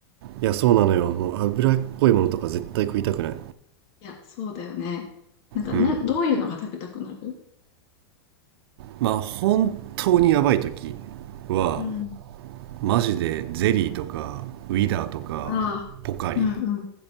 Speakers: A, on the right; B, on the left.
A: いやそうなのよもう脂っこいものとか絶対食いたくない
B: いや、そうだよね。なんか、
A: うん
B: な、どういうのが食べたくなる
A: まあ本当にやばい時は
B: うん。
A: マジでゼリーとかウィダーとかポカリ
B: ああ、うん、うん、